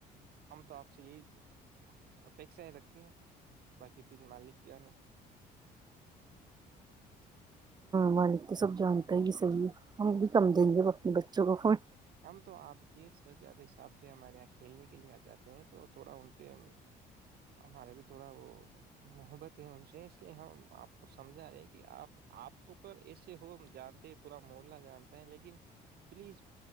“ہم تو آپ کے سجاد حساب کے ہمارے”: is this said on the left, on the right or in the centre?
Right